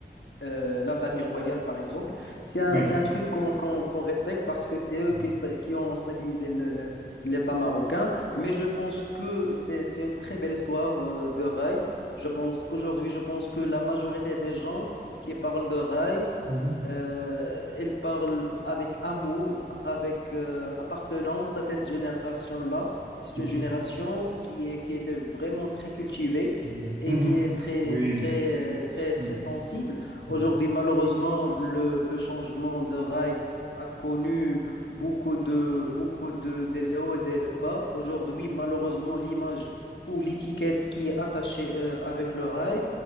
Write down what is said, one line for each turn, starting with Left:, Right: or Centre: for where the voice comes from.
Left: euh, la famille royale, par exemple, c'est un,
Right: Oui.
Left: c'est un truc qu'on qu'on- qu'on respecte parce que c'est eux
Right: Mhm,
Left: qui, sta- qui ont stabilisé le- le- l'État marocain. Mais je pense que c'est, c'est une très belle histoire euh, de rail. Je pense, aujourd'hui, je pense que la majorité des gens qui parlent de rail
Right: mhm,
Left: euh, il parle avec amour, avec euh, appartenance à cette génération-là. C'est
Right: mhm,
Left: une génération qui est, qui était vraiment très cultivée
Right: mhm,
Left: et
Right: mhm,
Left: qui
Right: mhm,
Left: est très,
Right: Oui.
Left: très, euh, très, très
Right: Oui.
Left: sensible. Aujourd'hui,
Right: mhm,
Left: malheureusement, le, le changement de rail a connu beaucoup de, beaucoup de, des hauts et des bas. Aujourd'hui, malheureusement, l'image ou l'étiquette qui est attachée euh, avec le rail